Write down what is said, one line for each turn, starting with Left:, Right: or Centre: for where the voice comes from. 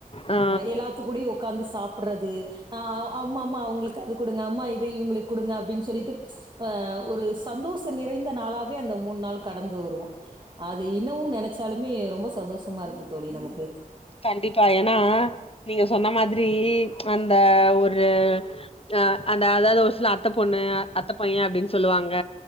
Left: ஆ
Right: எல்லாத்து கூடயு உட்காந்து சாப்புட்றது ஆ அம்மா அம்மா அவங்ளுக்கு அது கொடுங்க அம்மா இ இவங்களுக்கு கொடுங்க அப்படின்னு ஆ ஒரு சந்தோஷ நிறைந்த நாளாவே அந்த மூணு நாள் கடந்து வருவோ அது இன்னமு நெனச்சாலுமே ரொம்ப சந்தோஷ ம்மா இருக்கு தோழி நமக்கு
Left: கண்டிப்பா ஏனா நீங்க சொன்ன மாதிரி அந்த ஒரு ஆ அந்த அதாவது ஒரு சில அத்த பொண்ணு அத்த பையன அப்டின் சொல்லுவாங்க